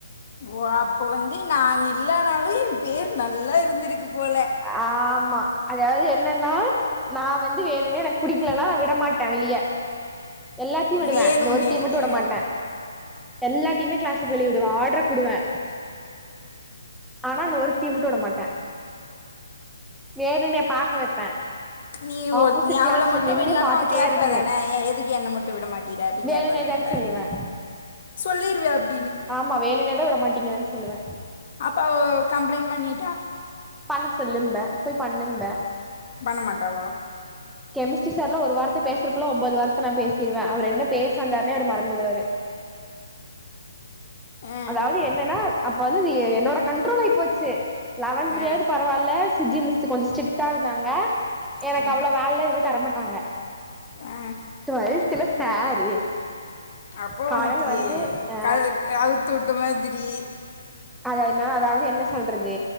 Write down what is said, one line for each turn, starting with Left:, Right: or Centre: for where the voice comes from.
Left: ஓ அப்போ வந்து நாங்க இல்லனாலு என் பேர் நல்லா இருந்திருக்கு போல
Centre: ஆமா அதாவது என்னன்னா நா வந்து வே ன்னனு எனக்கு புடிக்கலனா நா விடமாட்ட வெளிய எல்லாத்தையு விடுவே
Left: வேணுனே
Centre: அந்த ஒருத்திய மட்டும் விடமாட்டே
Left: ஆ
Centre: எல்லாத்தையுமே கிளாஸ் வெளியவிடுவாள் <unintelligible> உடுவே ஆனா நா ஒருத் த்தி மட்டு விட மாட்டே வேணும்னே பாக்க வைப்பே
Left: நீ ஒரு
Centre: ஆப்போசிட்
Left: நீ
Centre: கிளாஸ்ல
Left: அவள மட்டும்
Centre: நின்னு
Left: விடலானா
Centre: பாத்துட்டே
Left: அவ கேப்பாதான
Centre: இருக்கணு
Left: ஏன் எதுக்கு என்னை மட்டும் விட மாட்டீற அப்டி
Centre: வேணுனேதான்னு
Left: கேப்பாதான அவ
Centre: சொல்லுவே
Left: சொல்லிருவியா அப்
Centre: ஆமா வேணும்னு தான் விட மாட்டீங்கிற சொல்லுவேன்
Left: அப்போ கம்ப்ளைன்ட் பண்ணிட்டா
Centre: பண்ண சொல்லும்பே போய் பண்ணும்ப
Left: பண்ணமாட்டாளா
Centre: கெமிஸ்ட்ரி சார்லா ஒரு வார்த்த பேசுறக்குள்ள ஒம்போது வார்த்த நா பேசிருவே அவர் என்ன பேச வந்தாருனே அவரு மறந்துருவாரு
Left: ஆ
Centre: அதாவது என்னன்னா அப்ப வந்து என்னோட கண்ட்ரோல் ஆயிபோச்சு லாவந்த்லியாவது
Left: ஆ
Centre: பரவாயில்ல சுஜி மிஸ் கொஞ்ச ஸ்ட்ரிக்டா இருதாங்க எனக்கு
Left: ஆ
Centre: அவ்ளவு வேல தர ட்டாங்க
Left: ஆ
Centre: டுவல்த் த்துல சாரு
Left: அப்போ
Centre: காலைல
Left: உனக்கி
Centre: வந்து ஆ
Left: கல் அவுத்து விட் விட்ட மாதிரி
Centre: அத என்ன அதாவது என்ன சொல்றது